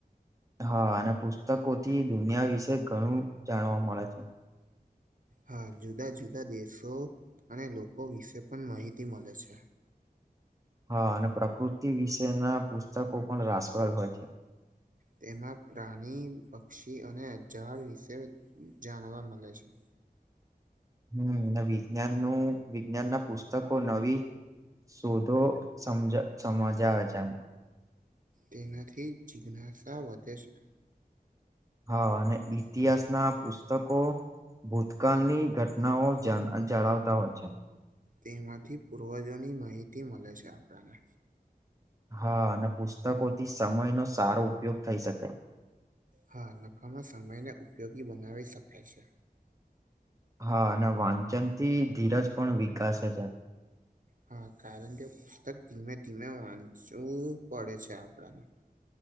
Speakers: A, on the right (about 20°); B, on the right (about 55°).
A: હા અને પુસ્તકોથી દુનિયા વિશે ઘણું જાણવા મળે છે.
B: હા જુદા જુદા દેશો અને લોકો વિશે પણ માહિતી મળે છે
A: હા અને પ્રકૃતિ વિશેના પુસ્તકો પણ રાસ્રલ હોય છે
B: તેમાં પ્રાણી પક્ષી અને ઝાડ વિશે જાણવા મળે છે
A: હમ વિજ્ઞાન નું વિજ્ઞાન ના પુસ્તકો નવી શોધો સમજ સમજ આવે છે એમ
B: તેનાથી જિજ્ઞાસા વધે છે
A: હા અને ઇતિહાસ ના પુસ્તકો ભૂતકાળની ઘટનાઓ જાળવતા હોય છે
B: તેમાંથી પૂર્વજોની માહિતી મળે છે આપણને
A: હા અને પુસ્તકોથી સમય નો સારો ઉપયોગ થઈ શકે
B: હા નફામાં સમયને ઉપયોગી બનાવી શકાય છે
A: હા અને વાંચન થી ધીરજ પણ વિકાસ છે
B: હા કારણ કે પુસ્તક ધીમે ધીમે વાંચવું પડે છે આપડાને